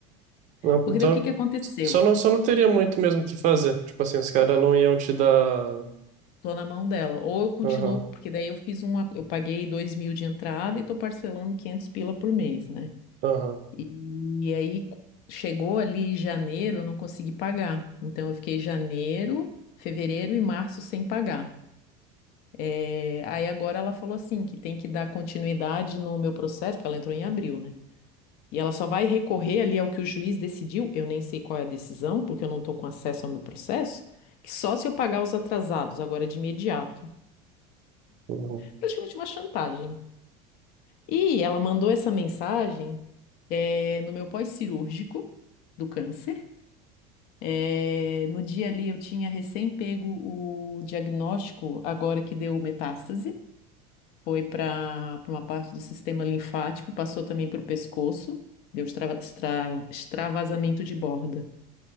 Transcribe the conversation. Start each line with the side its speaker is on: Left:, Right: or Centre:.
Right: Não,
Left: Porque
Right: então,
Left: daí o que que aconteceu?
Right: só não, só não teria muito mesmo o que fazer. Tipo assim, os caras não iam te dar.
Left: Tô na mão dela. Ou eu continuo,
Right: Aham,
Left: porque daí eu fiz uma, eu paguei dois mil de entrada e tô parcelando 500 pila por mês, né?
Right: aham,
Left: E, e aí co- chegou ali janeiro, eu não consegui pagar. Então eu fiquei janeiro, fevereiro e março sem pagar. É, aí agora ela falou assim que tem que dar continuidade no meu processo, porque ela entrou em abril, né? E ela só vai recorrer ali ao que o juiz decidiu, eu nem sei qual é a decisão, porque eu não estou com acesso ao meu processo, que só se eu pagar os atrasados, agora de imediato.
Right: uhum.
Left: Praticamente uma chantagem. E ela mandou essa mensagem eh, no meu pós-cirúrgico do câncer. Eh, no dia ali eu tinha recém pego o diagnóstico, agora que deu metástase, foi para uma parte do sistema linfático, e passou também para o pescoço, deu extrava- extra- extravasamento de borda.